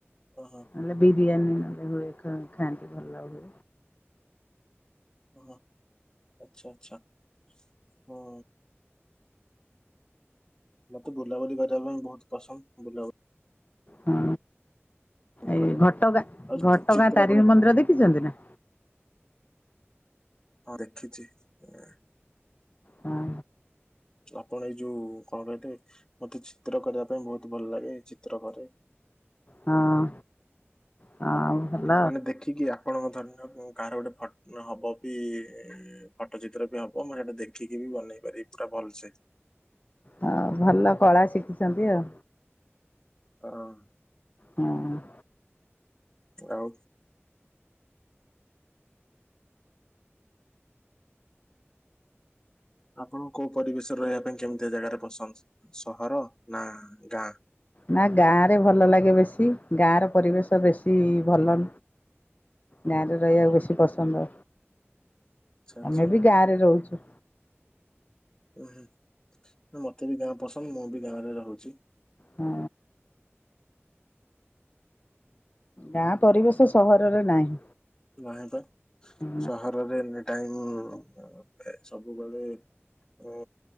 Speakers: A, on the left; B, on the left.
A: ଓହୋ।
B: ନହେଲେ ବିରିୟାନୀ ନହେଲେ ହୁଏ ଖ ଖାଆନ୍ତି ଭଲ ହୁଏ।
A: ଓଃ ଆଚ୍ଛା ଆଚ୍ଛା ହଁ। ମତେ ବୁଲାବୁଲି କରିବା ପାଇଁ ବହୁତ ପସନ୍ଦ ବୁଲାବୁ
B: ହଁ ଏଇ
A: କରେ
B: ଘଟଗାଁ
A: ଆଉ
B: ଘଟଗାଁ
A: ଚି- ଚିତ୍ର
B: ତାରିଣୀ
A: କରିବା
B: ମନ୍ଦିର ଦେଖିଚନ୍ତି ନା।
A: ହଁ ଦେଖିଛି ଏଁ।
B: ହଁ।
A: ଆପଣ ଏଇ ଯୋଉ କଣ କହିଲେ ମତେ ଚିତ୍ର କରିବା ପାଇଁ ବହୁତ ଭଲ ଲାଗେ ଚିତ୍ର କରେ।
B: ହଁ। ହଁ ଭଲ।
A: ମାନେ ଦେ ଖିକି ଆପଣଙ୍କ ଧରି ନିଅନ୍ତୁ କାହାର ଗୋଟେ ଫଟୋ ହବ ବି ଫଟୋ ଚିତ୍ର ବି ହବ ମାନେ ଏଟା ଦେଖି ଖିକି ବି ବନେଇ ପାରିବି ପୁରା ଭଲସେ।
B: ହଉ ଭଲ କଳା ଶିଖିଚନ୍ତି ଆଉ।
A: ହଁ।
B: ହଁ।
A: ଆଉ। ଆପଣଙ୍କୁ କୋଉ ପରିବେଶରେ ରହିବା ପାଇଁ କେମିତିଆ ଜାଗାରେ ପସନ୍ଦ ସହର ନା ଗାଁ।
B: ନା ଗାଁ ରେ ଭଲ ଲାଗେ ବେଶୀ ଗାଁ ର ପରିବେଶ ବେଶୀ ଭଲ ଗାଁରେ ରହିବାକୁ ବେଶୀ ପସନ୍ଦ
A: ଆଚ୍ଛା ଆଚ୍ଛା
B: ଆମେ ବି ଗାଁରେ ରହୁଚୁ।
A: ଉହୁଁ ମୋତେ ବି ଗାଁ ପସନ୍ଦ ମୁଁ ବି ଗାଁରେ ରହୁଚି।
B: ହୁଁ। ଗାଁ ପରିବେଶ ସହରରେ ନାହିଁ।
A: ନାହିବା
B: ହଁ
A: ସହରରେ ଏନି ଟାଇମ୍ ସବୁବେଳେ ଉଁ